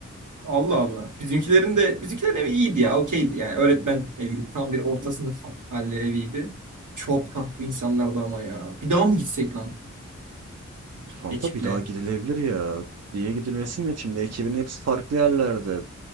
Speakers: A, on the right; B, on the right.
A: Allah Allah. Bizimkilerin de bizimkilerin evi iyiydi ya, okeydi. Yani öğretmen evi tam bir orta sınıf halli eviydi. Çok tatlı insanlardı ama ya. Bir daha mı gitsek lan
B: Kanka
A: ekiple?
B: bir daha gidilebilir ya. Niye gidilmesin de şimdi ekibin hepsi farklı yerlerde.